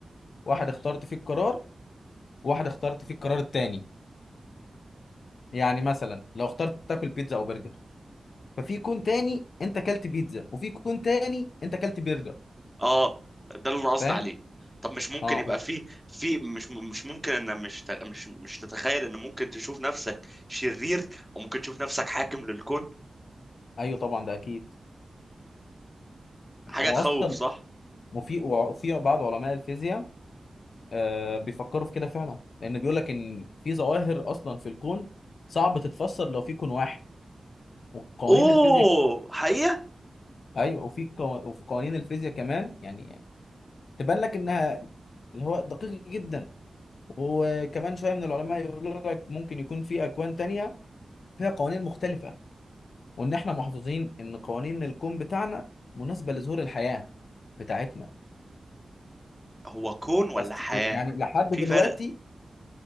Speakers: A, on the left; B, in the centre.
A: واحد اخترت فيه القرار وواحد اخترت فيه القرار التاني يعني مثلا لو اخترت تاكل بيتزا أو برجر ففي كون تاني أنت أكلت بيتزا وفي كون تاني أنت أكلت برجر
B: اه ده اللي انا قصدي
A: فاهم؟
B: عليه طب مش ممكن
A: أه
B: يبقى في في مش مش ممكن ان مش ت- مش مش تتخيل ان ممكن تشوف نفسك شرير او ممكن تشوف نفسك حاكم للكون
A: أيوه طبعا ده أكيد
B: حاجة
A: هو
B: تخوف
A: أصلا
B: صح
A: وفي وفي بعض علماء الفيزياء آه، بيفكروا في كده فعلا لان بيقول لك ان في ظواهر اصلا في الكون صعب تتفسر لو في كون واحد وقوانين
B: اوه
A: الفيزياء
B: حقيقة
A: ايوه وفي قو... وفي قوانين الفيزياء كمان يعني تبان لك انها اللي هو دقيق جدا وكمان شويه من العلماء يقولوا لك ممكن يكون في اكوان تانية فيها قوانين مختلفه وان احنا محظوظين ان قوانين الكون بتاعنا مناسبه لظهور الحياه بتاعتنا
B: هو كون ولا
A: بس
B: حياة
A: يعني لحد
B: في
A: دلوقتي
B: فرق